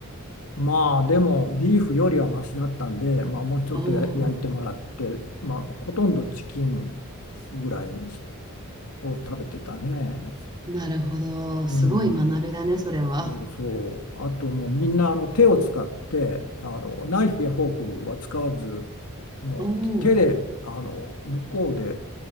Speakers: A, on the left (about 85°); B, on the right (about 20°).
A: まあでもビーフよりはマシだったんで、まあ、もうちょっとや焼いてもらって、
B: おお。
A: まあ、ほとんどチキンぐらいにしを食べてたね。
B: なるほど。
A: うん。
B: すごい学びだね、それは。
A: そうそう。あともうみんなあの手を使ってあのナイフやフォークは使わずもう手であの向こうで
B: おお、